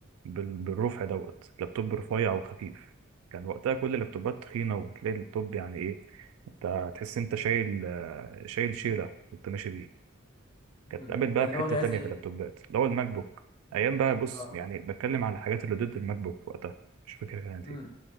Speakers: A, on the right; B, on the left.
A: بال- بالرفع دوت لابتوب رفيع وخفيف كان وقتها كل اللابتوبات تخينه وتلاقي اللابتوب يعني ايه انت تحس انت شايل شايل شيله وانت ماشي كانت
B: امم
A: اتقابلت بقى
B: ده اللي
A: في حتة
B: هو جهاز
A: تانية
B: ايه
A: في اللابتوبات اللي هو الماك بوك أيام بقى بص
B: اه
A: يعني بتكلم على الحاجات اللي ضد الماك بوك في وقتها مش فاكر كانت
B: امم
A: إيه